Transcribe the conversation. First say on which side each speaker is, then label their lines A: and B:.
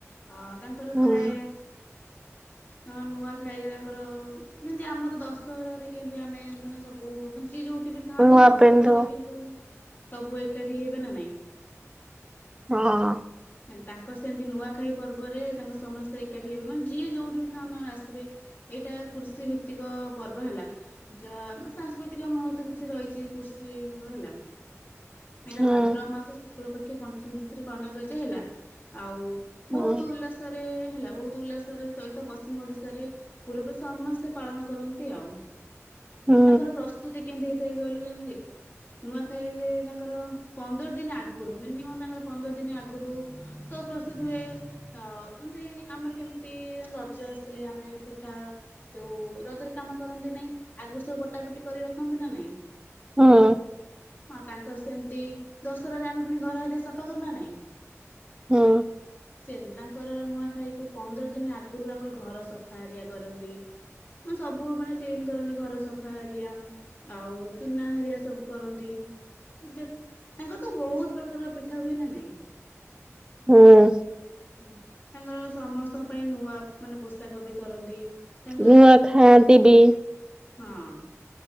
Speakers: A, on the left; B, on the right.
A: ହଁ ତାଙ୍କର
B: ହୁଁ
A: ଥାଏ। ହଁ ନୂଆଖାଇରେ ତାଙ୍କର ଯେମିତି ଆମର ଦଶ ଦଶହରାରେ କେମତି ଆମେ ମାନେ ସବୁ ଯିଏ ଯୋଉଠି ବିଥାନ୍ତୁ
B: ନୂଆ
A: ଦଶହରାରେ
B: ପିନ୍ଧୁ
A: କିନ୍ତୁ ସବୁ ଏକାଠି ହେବେ ନା ନାଇଁ
B: ହଁ
A: ତାଙ୍କର ସେମିତି ନୂଆଖାଇ ପର୍ବରେ ତାଙ୍କ ସମସ୍ତେ ଏକାଠି ହେବେ ମାନେ ଯିଏ ଯୋଉଠି ବି ଥାଆନ୍ତୁ ମାନେ ଆସିବେ। ଏଇଟା କୃଷିଭିତ୍ତିକ ପର୍ବ ହେଲା। ଯା ମାନେ ସାଂସ୍କୃତିକ ମହତଵ କିଛି ରହିଛି କୃଷି ତାଙ୍କର ହେଲା। ଏଇଟା
B: ହୁଁ
A: ଭାଦ୍ର ମାସ ଶୁକ୍ଳ ପକ୍ଷ ପଞ୍ଚମୀ ତିଥିରେ ପାଳନ କରାଯାଇ। ହେଲା ଆଉ
B: ହୁଁ
A: ବହୁତ ଉଲ୍ଲାସ ଓଡ଼ିଶାରେ ହେଲା ବହୁତ ଉଲ୍ଲାସରେ ସହିତ ପଶ୍ଚିମ ଓଡ଼ିଶାରେ ପୁରବେ ସମସ୍ତେ ପାଳନ କରନ୍ତି। ୟମ୍
B: ହୁଁ
A: ତାଙ୍କର ପ୍ରସ୍ତୁତି କେମତି ହେଇଥାଏ କହିଲ କେମିତି। ନୂଆଖାଇରେ ତାଙ୍କର ପନ୍ଦର ଦିନ ଆଗରୁ ମିନିମମ୍ ତାଙ୍କର ପନ୍ଦର ଦିନ ଆଗରୁ ସବୁ ପ୍ରସ୍ତୁତ ହୁଏ ଅ ଯେମିତି ଆମର କେମିତି ରଜ ଆସିଲେ ଆମେ ପିଠା ଯୋଉ ରଜରେ କାମ କରନ୍ତି ନାଇଁ ଆଗରୁ ସବୁ ବଟା ବଟି କରିରଖନ୍ତି ନା ନାଇଁ?
B: ହୁଁ
A: ହଁ ତାଙ୍କର ସେମିତି ଦଶହରାରେ ଆମେ ପୁଣି ଘରହରିକା ସଫା କରୁନା ନାଇଁ।
B: ହଁ
A: ସେମିତି ତାଙ୍କର ନୂଆଖାଇ କୁ ପନ୍ଦର ଦିନ ଆଗରୁ ତାଙ୍କର ଘର ସଫା ହେରିକା କରନ୍ତି। ମାନେ ସବୁ ମାନେ କ୍ଲିନ କରନ୍ତି ଘର ସଫା ହରିଆ ଆଉ ଚୁନା ହାରିଆ ସବୁ କରନ୍ତି। ତାଙ୍କର ତ ବହୁତ ପ୍ରକାରର ପିଠା ହୁଏ ନା ନାଇଁ?
B: ହୁଁ।
A: ହୁଁ ତାଙ୍କର ସମସ୍ତଙ୍କ ପାଇଁ ନୂଆ ମାନେ ପୋଷାକ ବି କରନ୍ତି। ତାଙ୍କ
B: ନୂଆ ଖାଆନ୍ତି ବି
A: ହଁ